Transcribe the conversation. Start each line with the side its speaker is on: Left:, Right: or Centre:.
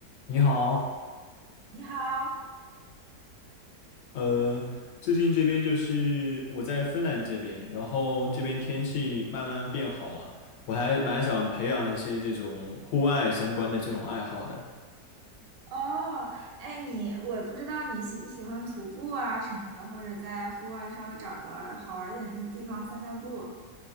Left: 你好，
Right: 你好
Left: 呃，
Right: ，Hello，
Left: 最近这边就是我在芬兰这边，然后这边天气慢慢变好了，我还蛮想培养一些这种户外相关的这种爱好的。
Right: 哦，哎，你我不知道你喜不喜欢徒步啊什么的，或者在户外稍微找个好玩儿点的地方散散步。